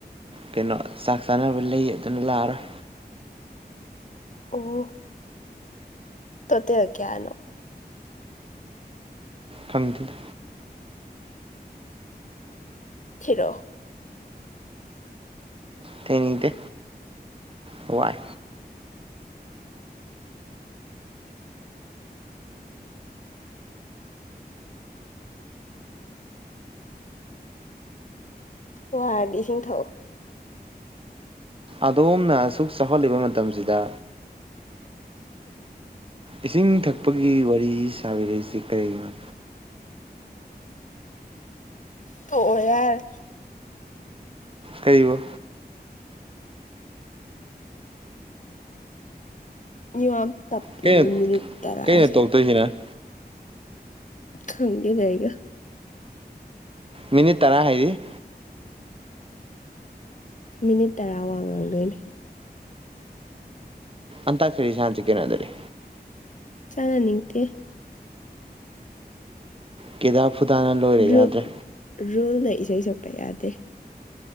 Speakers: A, on the right (about 35°); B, on the left (about 50°).
A: ꯀꯩꯅꯣ ꯆꯥꯛ ꯆꯥꯅꯕ ꯂꯩ ꯑꯗꯨꯅ ꯂꯥꯛꯑꯔꯣꯏ
B: ꯑꯣ ꯇꯣ ꯇ ꯀꯅꯣ
A: ꯀꯇꯗ
B: ꯊꯤꯔꯣ
A: ꯊꯅꯤꯗꯦ ꯋꯥꯏ
B: ꯋꯥꯔꯗꯤ ꯏꯁꯤꯡ ꯊꯥꯎꯑꯣ
A: ꯑꯗꯣꯝꯅ ꯑꯁꯨꯛ ꯆꯥꯎꯍꯜꯂꯤꯕ ꯃꯇꯝꯁꯤꯗ ꯏꯁꯤꯡ ꯊꯛꯄꯒꯤ ꯋꯥꯔꯤ ꯁꯥꯕꯤꯔꯛꯏꯁꯤ ꯀꯔꯤꯒꯤꯅꯣ
B: ꯇ ꯑꯣꯏꯔꯔ
A: ꯀꯔꯤꯕ
B: ꯌ ꯇꯞꯄꯤꯕꯣꯏ
A: ꯀꯩꯅꯣ
B: ꯃꯤꯅꯤꯠ ꯇꯔꯥꯥꯁꯦ
A: ꯀꯩꯅꯣ ꯇꯧꯔꯛꯇꯣꯏꯁꯤꯅ
B: ꯈꯪꯗꯦꯗ ꯑꯩꯒ
A: ꯃꯤꯅꯤꯠ ꯇꯔꯥ ꯍꯥꯏꯗꯤ
B: ꯃꯤꯅꯤꯠ ꯇꯔꯥ ꯋꯥ ꯉꯥꯡꯗꯣꯏꯅꯦ
A: ꯑꯟꯇꯥꯛꯁꯔꯤ ꯁꯥꯟꯁꯤ ꯀꯩꯅꫭ ꯑꯗꯨꯗꯤ
B: ꯆꯅꯥ ꯅꯤꯡꯇꯦ
A: ꯀꯦꯗꯥ ꯐꯨꯗꯥꯅ ꯂꯣꯏꯔꯦ
B: ꯔꯨ
A: ꯌꯥꯗ꯭ꯔꯦ
B: ꯔꯨꯜ ꯂ ꯏꯁꯩ ꯁꯛꯄ ꯌꯥꯗꯦ